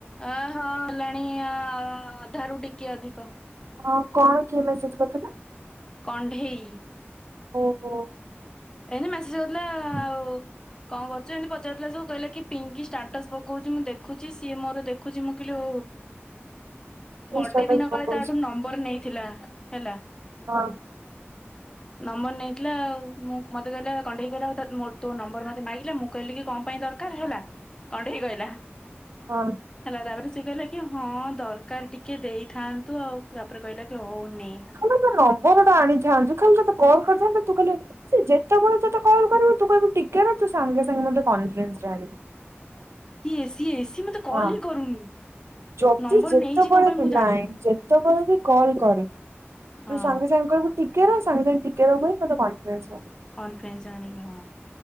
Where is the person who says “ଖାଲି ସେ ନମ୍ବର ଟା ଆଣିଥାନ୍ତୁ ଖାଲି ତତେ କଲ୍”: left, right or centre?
Right